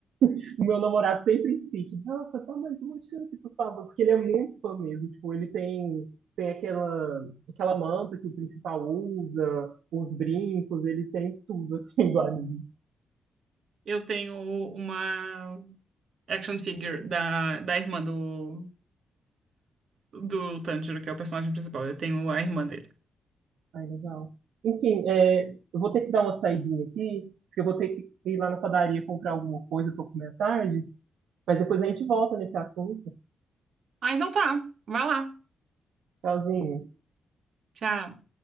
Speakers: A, on the right; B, on the right.
A: o meu namorado sempre insiste, nossa, dá mais uma chance, por favor, porque ele é muito fã mesmo, tipo, ele tem, tem aquela, aquela manta que o principal usa, os brincos, ele tem tudo, assim, do anime.
B: Eu tenho uma action figure da, da irmã do, do Tanjiro, que é o personagem principal. Eu tenho a irmã dele.
A: Ai, legal. Enfim, é, eu vou ter que dar uma saidinha aqui, porque eu vou ter que ir lá na padaria comprar alguma coisa pra comer à tarde, mas depois a gente volta nesse assunto.
B: Ah, então tá. Vai lá.
A: Tchauzinho.
B: Tchau.